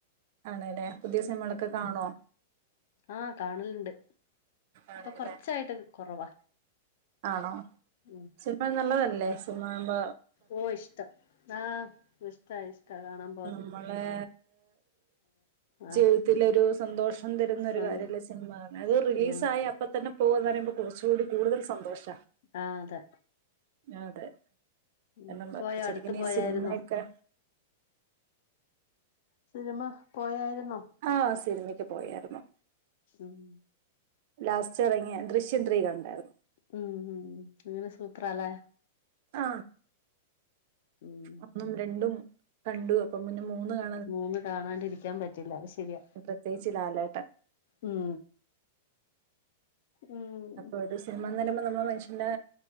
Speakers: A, on the right; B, on the left.
A: ആണ്ല്ലെ പുതിയ സിൻമളൊക്കെ കാണോ?
B: ആഹ് കാണല്ണ്ട്.
A: ആണല്ലേ
B: ഇപ്പൊ കൊറ്ച്ചായിട്ട് കെറവാ.
A: ആണോ?
B: ഉം.
A: സിനിമ നല്ലതല്ലേ? സിനിമാകുമ്പ.
B: ഓ ഇഷ്ടം ആഹ് ഇഷ്ടാ ഇഷ്ട കാണാം.
A: നമ്മളെ
B: ആഹ്
A: ഛെ തത്തിലൊരു സന്തോഷം തരുന്ന
B: സ്വം
A: ഒരു കാര്യല്ലെ സിനിമ അത് റിലീസായ
B: ആഹ്
A: പ്പ തന്നെ പോകന്ന് പറയുമ്പേ കെറ്ച്ചൂടി കൂടുതൽ സന്തോഷ.
B: ആഹ് അതെ.
A: ആഹ് അതെ
B: ഉം
A: എന്നണം
B: പോയോ
A: ശരിക്ക്ന്
B: അടുത്ത് പോയായിരുന്നോ
A: ഈ സിനിമയൊക്കെ.
B: സിനിമ പോയായിര്ന്നോ?
A: ആ സിനിമക്ക് പോയായിരുന്നു.
B: ഉം
A: ലാസ്റ്റ് എറങ്ങിയ ദൃശ്യം ത്രീ കണ്ടായിരുന്നു.
B: ഉം ഉം, അങ്ങനെ സൂപ്പറാല്ലേ
A: ആ
B: ഉം
A: ഒന്നും, രണ്ടും കണ്ടു. അപ്പ പിന്നെ മൂന്ന് കാ
B: മൂന്ന് കാണാണ്ടിരിക്ക്യാം പറ്റില്ല. അത് ശരിയാ
A: പ്രത്യേകിച്ച് ലാലേട്ടൻ
B: ഉം ഉം
A: അപ്പൊ ഒരു സിനിമ എന്ന് പറയുമ്പം നമ്മള് മനുഷ്യന്റെ